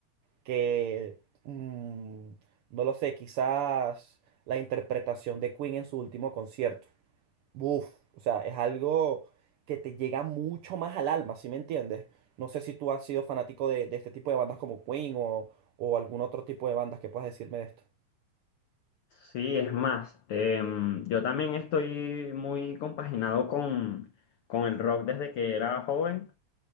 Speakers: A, on the right; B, on the left.
A: que, mm, no lo sé, quizás la interpretación de Queen en su último concierto. Uf, o sea, es algo que te llega mucho más al alma, ¿sí me entiendes? No sé si tú has sido fanático de, de este tipo de bandas como Queen o, o algún otro tipo de bandas que puedas decirme de esto.
B: Sí, es más, em, yo también estoy muy compaginado con, con el rock desde que era joven,